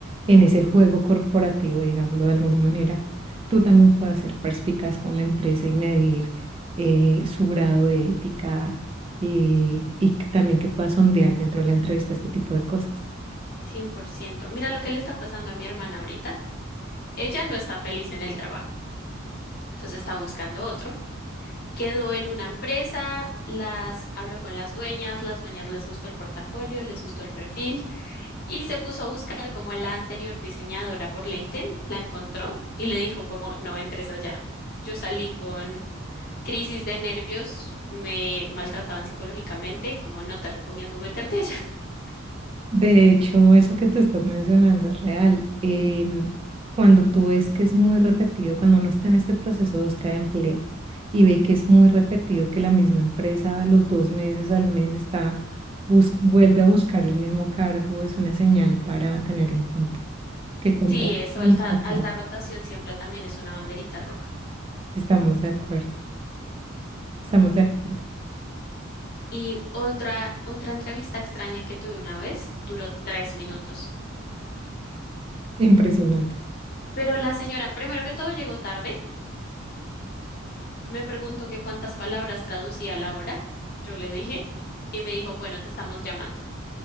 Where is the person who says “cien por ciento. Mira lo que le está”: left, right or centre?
Left